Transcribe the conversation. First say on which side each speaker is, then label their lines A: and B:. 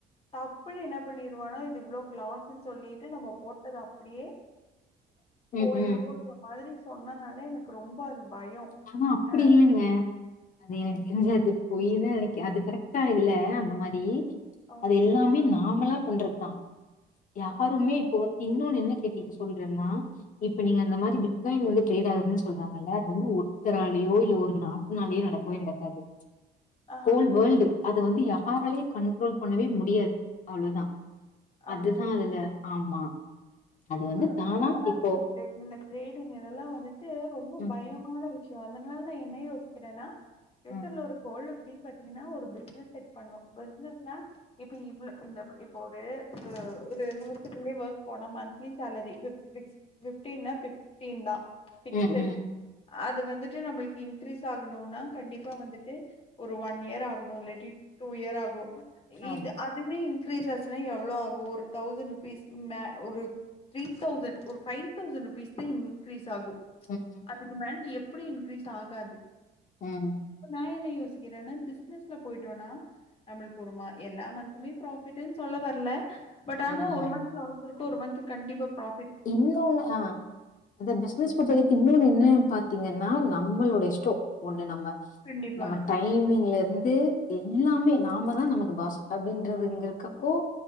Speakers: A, on the left (about 35°); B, on the left (about 50°).
A: டப்புன்னு என்ன பண்ணிருவானா இது இவ்ளோ க்லா ஸ்னு சொல்லிட்டு நம்ம போட்டத அப் படியே போயிருன்ற
B: ம், ம்.
A: மாதிரி சொன்னனாலே எனக்கு ரொம்ப அது பயோ
B: ஆனா அப்டி
A: அ
B: இல்லங்க அது எனக்கு தெரிஞ்சது பொய்யுதா நெனைக்கு அது கரெக்ட்டா இல்ல அந்த மாரி
A: ஓகே
B: அது எல்லாமே நாமலா பண்றது தா யாருமே
A: அ
B: இப்ப வந்துங் இன்னொன்னு என்ன கேட்டீங்க சொல்றேன்னா இப்ப நீங்க அந்த மாதிரி பிட் காயின் வந்து டிரேட் ஆவுது சொல்றாங்கல்ல அது வந்து ஒருத்தராலயோ இல்ல ஒரு நாட்டு நாளயோ நடக்கவே நடக்காது
A: ஆ
B: ஹோல் வேல்டு அது வந்து யா யாராலயு கண்ட்ரோல் பண்ணவே முடியாது அவ்ளோதா அதுதா
A: ஓகே
B: அதுல ஆமா அது வந்து
A: ஆனா
B: தானா
A: ஷேர் மார்க்கெட்டு
B: இப்போ
A: இந்த ட்ரேடிங் இதெல்லா வந்துட்டு ரொம்ப
B: ம்,
A: பயமான விஷயோ அ அதனால என்னெ யோசிக்றனா பேசல்ல
B: ம்.
A: ஒரு கோலு அப்டினு பாத்தீங்கனா ஒரு பிஸ்னெஸ் செட் பண்ணணு பிஸ்னெஸ்னா இப்பே இவளோ இந்த இப்ப ஒரு ஒரு ஒர்க்குகுள்யே ஒர்க் போன மந் லீ சேலரி ஃபிப் ஃபிப்டின்னா ஃபிப் டீன்தா ஃபிக்ஸ்
B: ம்,
A: செட்
B: ம்.
A: அது வந்துட்டு நம்மளுக் இன்கிரீஸ் ஆகணும்னா கண்டிப்பா வந்துட்டு ஒரு ஒன் இயர் ஆகணு இல்லாட்டி டூ இயர் ஆகு
B: ஆமா.
A: இது அதுமே இன் க்ரீஸ் ஆச்சினா எவ்ளோ ஆகு ஒரு தௌசண்ட்ருபீஸ் மே ஒரு த்ரீ தௌசண்ட் ஒரு ஃபைவ் தௌசண்ட் ருபீஸ் தா இன்க்ரீஸ் ஆகு
B: ம், ம்,
A: அதுக்கு மேல எப் அப்டி இன்க்ரீஸ் ஆகாது
B: ம்,
A: இப்ப நா என்ன யோசிக் கிறனா பிசினஸ்ல பொயிட்டோனா நம்மள்க்கொரு மா எல்லா மந்த்துமே ப்ராஃபிட்டூன் சொல்ல வரல பட் ஆனா
B: ம்.
A: ஒரு மன்த்ல அவசர போ ஒரு மன்த்து கண்டிப்பா ப்ரா
B: இன்னொன்னு ஆ அத பிஸ்னஸ் பொருத்த வரைக்கு இன்னொன்னு என் னு பாத்திங்கன்னா நம்மளோட இஷ்டோ ஒண்ணு நம்ம
A: கண்டிப்பா
B: நம்ம டைமிங்ல இரு வந்து எல்லாமே நாம தா நமக்கு பாஸ் அப்டின்றதுங்க இருக்கப்போ